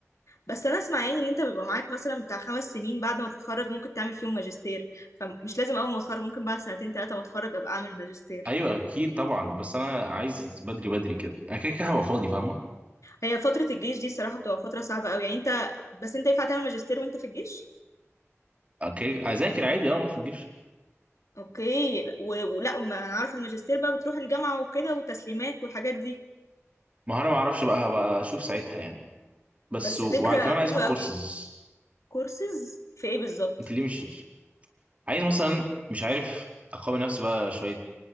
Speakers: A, on the left; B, on the right.
A: بس انا اسمع يعني ان انت بيبقى معاك مثلا بتاع خمس سنين بعد ما تتخرج ممكن تعمل فيهم ماجستير فمش لازم اول ما اتخرج ممكن بعد سنتين ثلاثه ما اتخرج ابقى اعمل ماجستير
B: ايوه اكيد طبعا بس انا عايز بدري بدري كده انا كده كده هبقى فاضي فاهمه
A: هي فتره الجيش دي الصراحه بتبقى فتره صعبه قوي يعني انت بس انت ينفع تعمل ماجستير وانت في الجيش
B: اوكي اذاكر عادي اه وانا في الجيش
A: اوكي و- ولا ما انا عارف الماجستير بقى بتروح الجامعة وكده وتسليمات والحاجات دي
B: ما هو انا ما اعرفش بقى هبقى اشوف ساعتها يعني بس
A: بس
B: و-
A: فكرة
B: وكمان عايز
A: حلوة
B: اخد كورسز
A: قوي كورسز في ايه بالظبط
B: انت ليه مش عايز مثلا مش عارف اقوي نفسي بقى شويه